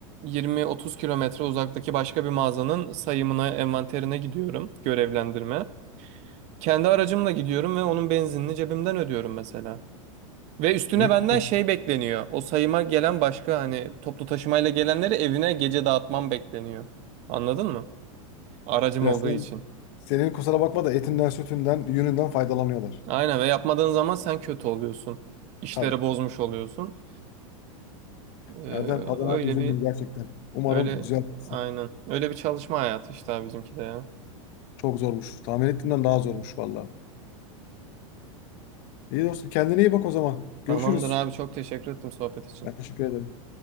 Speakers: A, on the right (about 40°); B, on the left (about 50°).
A: 20-30 kilometre uzaktaki başka bir mağazanın sayımına, envanterine gidiyorum görevlendirme. Kendi aracımla gidiyorum ve onun benzinini cebimden ödüyorum mesela. Ve üstüne
B: Büyük
A: benden
B: bir-
A: şey bekleniyor. O sayıma gelen başka hani toplu taşımayla gelenleri evine gece dağıtmam bekleniyor. Anladın mı? Aracım
B: ya
A: olduğu
B: sen,
A: için.
B: senin kusura bakma da etinden, sütünden, yününden faydalanıyorlar.
A: Aynen ve yapmadığın zaman sen kötü oluyorsun. İşleri
B: Tabii.
A: bozmuş oluyorsun. Ee,
B: Erdem adına
A: öyle
B: üzüldüm
A: bir
B: gerçekten. Umarım
A: öyle
B: düzeltirsin.
A: aynen. Öyle bir çalışma hayatı işte abi bizimki de ya.
B: Çok zormuş. Tahmin ettiğimden daha zormuş valla. İyi dostum kendine iyi bak o zaman. Görüşürüz.
A: Tamamdır abi çok teşekkür ettim sohbet için.
B: Ben teşekkür ederim.